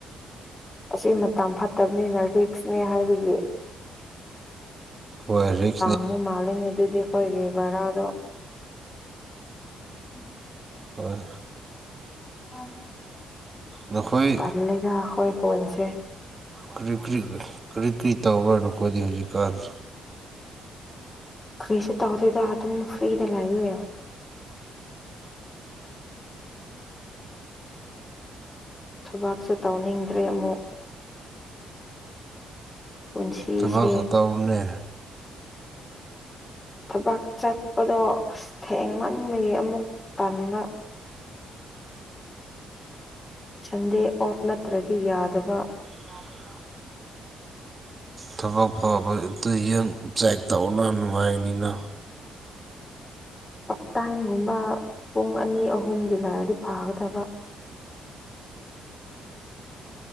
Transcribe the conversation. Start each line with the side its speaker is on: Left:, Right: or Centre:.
Left: ꯑꯁꯤ ꯃꯇꯝ ꯐꯠꯇꯕꯅꯤꯅ ꯔꯤꯛꯁꯅꯦ ꯍꯥꯏꯕꯒꯤ
Right: ꯍꯣꯏ ꯔꯤꯛꯁ ꯅꯤ
Left: ꯑꯗꯨ ꯃꯥꯜꯂꯤꯉꯩ ꯑꯗꯨꯗꯤ ꯑꯩꯈꯣꯏꯒꯤ ꯚꯔꯥꯗꯣ ꯎꯝ
Right: ꯍꯣꯏ
Left: ꯑ
Right: ꯅꯈꯣꯏ
Left: ꯇꯜ ꯂꯩꯗ ꯑꯈꯣꯏ ꯈꯨꯟꯁꯦ
Right: ꯀꯤꯔꯤ ꯀꯤꯔꯤ ꯀꯤꯔꯤ ꯗꯤꯔꯤꯇꯧꯔꯣ ꯅꯈꯣꯏꯗꯤ ꯍꯧꯖꯤꯛꯀꯥꯟ
Left: ꯈ꯭ꯔꯤꯁꯨ ꯇꯥꯎꯗꯦꯗ ꯑꯗꯨꯨꯝ ꯐ꯭ꯔꯤꯗ ꯂꯩꯕꯅꯤ ꯊꯕꯥꯛꯁꯨ ꯇꯧꯅꯤꯡꯗ꯭ꯔꯦ ꯑꯃꯨꯛ ꯄꯨꯟꯁꯤꯁꯦ
Right: ꯊꯕꯛꯇꯨ ꯇꯎꯅꯦ
Left: ꯊꯕꯛ ꯆꯠꯄꯗꯣ ꯊꯦꯡꯃꯟꯕꯒꯤ ꯑꯃꯨꯛ ꯇꯟꯕ ꯁꯟꯗꯦ ꯑꯣꯐ ꯅꯠꯇ꯭ꯔꯗꯤ ꯌꯥꯗꯕ
Right: ꯌꯥꯗꯕ ꯊꯕꯛ ꯐꯕꯥ ꯏꯇꯩ ꯆꯦꯛ ꯇꯧꯂ ꯅꯨꯡꯉꯥꯏꯅꯤꯅ
Left: ꯇꯥꯠꯇꯥꯏꯝꯒꯨꯝꯕ ꯄꯨꯡ ꯑꯅꯤ ꯑꯍꯨꯝꯒꯤ ꯂꯥꯛꯑꯗꯤ ꯐꯒꯗꯕ